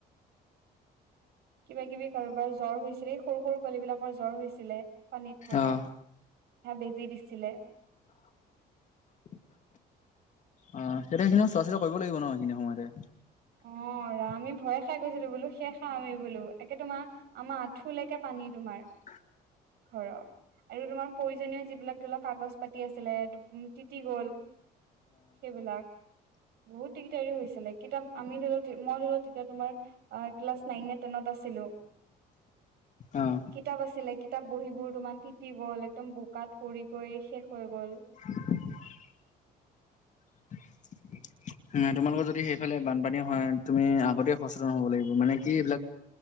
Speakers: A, on the right; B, on the left.
A: কিবা-কিবি কাৰোবাৰ জ্বৰ হৈছিলে এই সৰু-সৰু পোৱালিবিলাকৰ জ্বৰ হৈছিলে। পানীত থাকা,
B: অ'। অ',
A: সেয়া বেজি দিছিলে।
B: ঠ ই অ অ অ তেতিয়া এইখিনিও চোৱা-চিতা কৰিব লাগিব ন এইখিনি সময়তে।
A: অ ৰা আমি ভয়ে খাই গৈছিলো বোলো শেষ খাওঁ আমি বোলো, একে তোমাৰ আমাৰ আঁঠুলৈকে পানী তোমাৰ।
B: কু উ।
A: ঘৰ আৰু এইটো তোমাৰ প্ৰয়োজনীয় যিবিলাক ধৰিলওক কাগজ পাতি আছিলে ডুব উম তিতি গ'ল। সেইবিলাক বহুত দিগদাৰী হৈছিলে কিতাপ আমি ধৰিলও তি মই ধৰিলও তেতিয়া তোমাৰ। ইস্ আৰ ক্লাছ নাইন নে টেনত আছিলো।
B: অ'।
A: কিতাপ আছিলে কিতাপ বহীবোৰ তোমান তিতি গ'ল একদম বোকাত পৰি গৈ শেষ হৈ গ'ল।
B: উ উ উ অ এ আ <unintelligible> চ, এ এ এ তোমালোকৰ যদি সেইফালে বানপানী হয় তুমি আগতে সচেতন হ'ব লাগিব মানে কি এইবিলাক